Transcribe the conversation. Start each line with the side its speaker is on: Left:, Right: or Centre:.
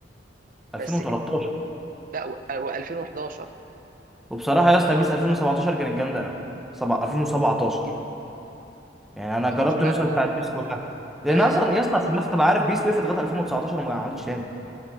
Right: بس
Centre: 2013
Right: كده لا و2011
Centre: وبصراحه يا اسطى بيس 2017 كانت جامده قوي سبع- 2017 يعني انا
Right: ما
Centre: جربت
Right: اعرفش بقى
Centre: النسخه بتاعت بيس كلها
Right: لا
Centre: لان اصلا
Right: انا
Centre: يا اسطى عشان بس تبقى عارف بيس وقفت لغايه 2019 وما عملتش تاني